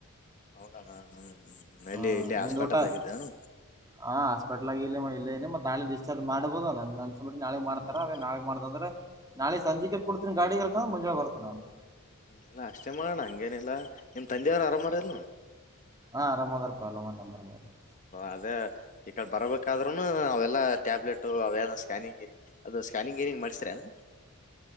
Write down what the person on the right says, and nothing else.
ಹಾ
ನಿಂದ್ ಊಟ
ಹಾ ಹಾಸ್ಪಿಟ್ಲ್ ಇಲ್ಲಿ ಇಲ್ಲೆ ಇನಿ ಮತ್ತ ನಾಳೆಡಿಸ್ಚಾರ್ಜ್ ಮಾಡಬುದುಲ್ ನನ್ಗಗ್ ಅನ್ಸಮಟ್ಟಿಗಿ ನಾಳಿಗಿ ಮಾಡ್ತಾರ
ಅದೇ ನಾಳಗ್ ಮಾಡ್ದಂದ್ರ. ನಾಳೆ ಸಂಜಿಕ್ಕೆ ಕುಡ್ತಿನಿ ಗಾಡಿಗಿ ಇಲ್ಲ ಕಂದ್ರ ಮುಂಜೆಲೆ ಬರ್ತೀನಿ ನಾನು.
ಹಾ ಆರಂದ್ರಪ್ಪ <unintelligible>